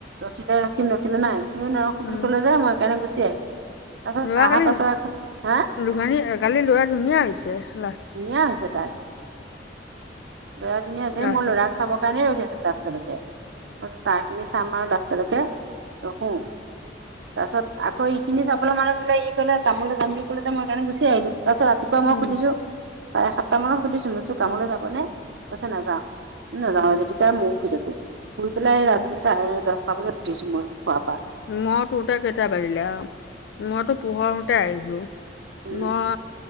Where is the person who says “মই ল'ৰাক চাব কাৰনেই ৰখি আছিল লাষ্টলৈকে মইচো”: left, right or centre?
Right